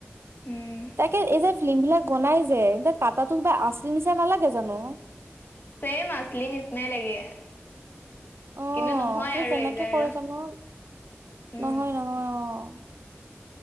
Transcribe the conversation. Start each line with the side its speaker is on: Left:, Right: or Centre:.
Left: উম।
Right: তাকে এই যে ফিল্ম বিলাক বনাই যে এ কাটাটোোক বা আঁচলি নিচা নালাগে জানো?
Left: চেম আচলি নিচিনাই লাগে
Right: অ
Left: কিন্তু নহয়
Right: তই
Left: আৰু
Right: কেনেকে
Left: এই যে আৰু।
Right: কৰে জানো
Left: উম
Right: নহয় নহয় অ'।